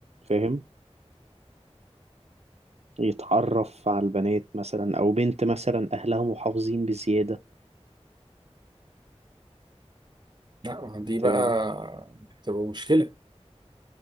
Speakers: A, on the right; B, on the right.
A: فاهم يتعرف على البنات مثلا او بنت مثلا اهلها محافظين بزيادة
B: لا دي
A: انت
B: بقى
A: ايه رأيك
B: هتبقى مشكلة